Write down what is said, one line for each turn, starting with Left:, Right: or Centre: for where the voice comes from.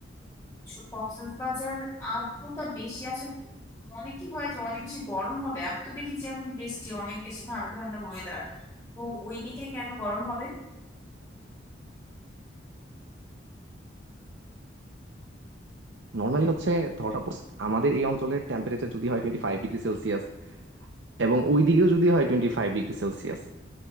Left: সু- কক্সবাজার আর্দ্রতা বেশি আছে অনেক কি হয় যে অনেক বেশি গরম হবে আমি তো দেখি যে এখন বৃষ্টি অনেক বেশি ঠান্ডা ঠান্ডা ওয়েদার তো ওইদিকে কেন গরম হবে
Right: নর্মালি হচ্ছে ধর suppose আমাদের এই অঞ্চলের টেম্পারেচার যদি হয় টোয়েন্টি ফাইভ ডিগ্রি সেলসিয়াস এবং ওই দিকেও যদি হয় টোয়েন্টি ফাইভ ডিগ্রি সেলসিয়াস